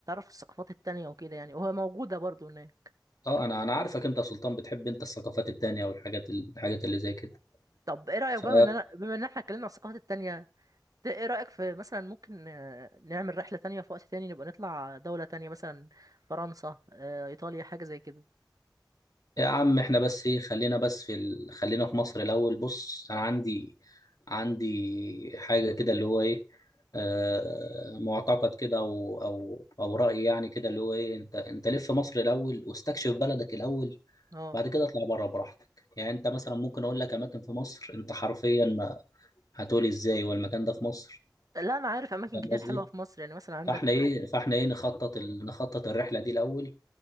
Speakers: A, on the right; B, on the left.
A: على الثقافات التانية وكده يعني وهي موجودة برضو هناك
B: اه انا انا عارفك انت يا سلطان بتحب انت الثقافات التانية والحاجات الحاجات اللي زي كده
A: طب ايه رأيك
B: ف
A: بقى ان انا بما ان احنا اتكلمنا عن الثقافات التانية ده ايه رأيك في مثلا ممكن آه، نعمل رحلة تانية في وقت تاني نبقى نطلع دولة تانية مثلا فرنسا آه، ايطاليا حاجة زي كده
B: يا عم احنا بس ايه خلينا بس في ال... خلينا في مصر الاول بص انا عندي عندي حاجة كده اللي هو ايه آه معتقد كده او او او رأي يعني كده اللي هو ايه انت انت لف مصر الاول واستكشف بلدك الاول
A: اه
B: بعد كده اطلع بره براحتك يعني انت مثلا ممكن اقول لك اماكن في مصر انت حرفيا ما هتقولي ازاي والمكان ده في مصر
A: لا انا عارف اماكن
B: فاهم
A: كتير
B: قصدي
A: حلوة في مصر يعني مثلا عندك
B: فاحنا ايه فاحنا ايه نخطط ال... نخطط الرحله دي الاول